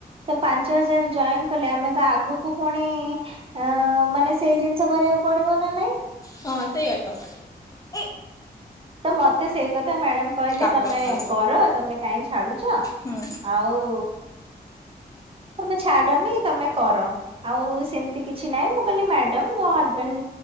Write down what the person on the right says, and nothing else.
ତ ପାଞ୍ଚ ହଜାର ଜଏନ କଲେ ଆମେ କଁ ଆଗୁକୁ ପୁଣି ଅ ମାନେ ସେଇ ଜି ଚ କରିବାକୁ ପଡ଼ିବ ନାଁ ନାଇଁ?
ତ ମତେ ସେଇ କ ତ ମ୍ୟାଡମ କହିଲେ
ତମେ
କର। ତମେ କାଇହିଁ ଛାଡୁଚ?
ଆଉ ତମେ ଛାଡନି ତମେ କର। ଆଉ ସେମତି କିଛି ନାଇଁ ମୁଁ କହିଲି ମ୍ୟାଡମ ମୋ ହଜବେଣ୍ଡ